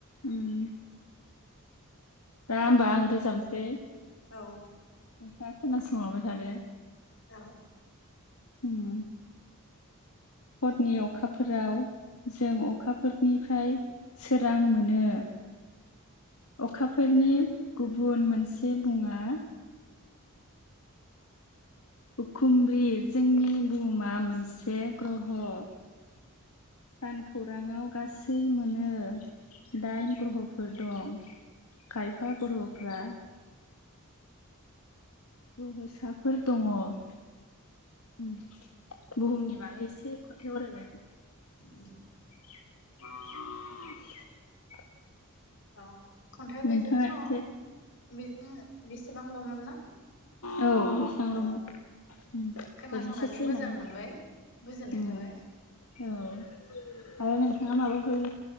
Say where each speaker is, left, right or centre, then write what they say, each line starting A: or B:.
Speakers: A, on the left (about 80°); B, on the left (about 60°).
A: ओम दा होमबा आं रोजाबसै दे
B: औ
A: नोंथाङा खोनासंलांबाय थादो
B: औ औ
A: ओम हरनि अखाफोराव जों अखाफोरनिफ्राय सोरां मोनो अखाफोरनि गुबुन मोनसे मुङा उखुमब्रि जोंनि बुहुमा मोनसे ग्रह सान खौराङाव गासै मोनो दाइन ग्रहफोर दं खायफा ग्रहफोरा ग्रह'साफोर दङ ओं बुहुमनि बागै एसे खन्थाय आवरायबाय आं
B: ओम
A: <inaudible>
B: औ खन्थाइ बेजों
A: नोंथाङा
B: स
A: एसे
B: बे ओं बेसेबांल'मोन ना
A: औ बेसांल'मोन
B: अ
A: ओरैनो
B: खोनासंनानै
A: सासे
B: मोजां
A: माने
B: मोनबाय गोजोननाय
A: ओम
B: थाबाय
A: औ आरो नोंथाङा माबाफोर